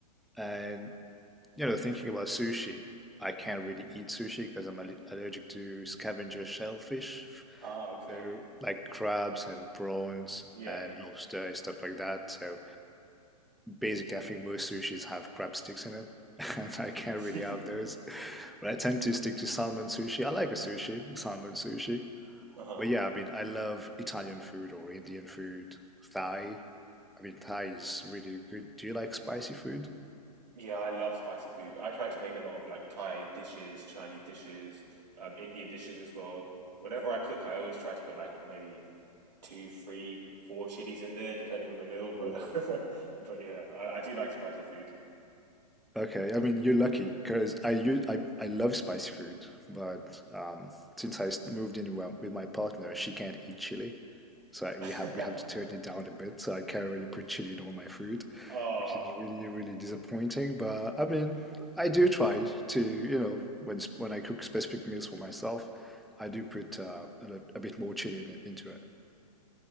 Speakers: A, in the centre; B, on the right (about 85°).
A: And, you know, thinking about sushi, I can't really eat sushi because I'm alle- allergic to scavenger shellfish.
B: Ah, okay.
A: So, like crabs and prawns
B: Yeah.
A: and lobster and stuff like that. So Basically, I think most sushis have crab sticks in it, <laughs> and I can't
B: <laughs>
A: really have those. But I tend to stick to salmon sushi. I like a sushi, a salmon sushi.
B: Uh-huh.
A: But yeah, I mean, I love Italian food or Indian food, Thai. I mean, Thai is really good. Do you like spicy food?
B: Yeah, I love spicy food. I try to make a lot of like Thai dishes, Chinese dishes, um, Indian dishes as well. Whenever I cook, I always try to put like what, maybe two, three, four chilies in there, depending on the meal. But
A: Whoa.
B: <laughs> but yeah, I, I do like spicy food.
A: Okay, I mean, you're lucky because I use I, I love spicy food, but um, since I s- moved in with with my partner, she can't eat chili. So I,
B: Uh-huh.
A: we have we have to turn
B: <laughs>
A: it down a bit. So I can't really put chili in all my food,
B: Oh,
A: which is really really disappointing. But I mean, I do try to you know when s- when I cook specific meals for myself, I do put uh, a, lit- a bit more chili in it, into it.